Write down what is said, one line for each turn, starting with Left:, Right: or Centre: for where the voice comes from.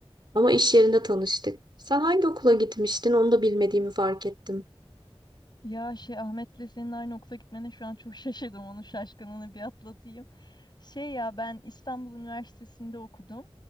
Right: Ama iş yerinde tanıştık. Sen hangi okula gitmiştin? Onu da bilmediğimi fark ettim.
Left: Ya şey Ahmet'le senin aynı okula gitmene şu an çok <laughs> şaşırdım. Onun şaşkınlığını bir atlatayım. Şey ya ben İstanbul Üniversitesi'nde okudum.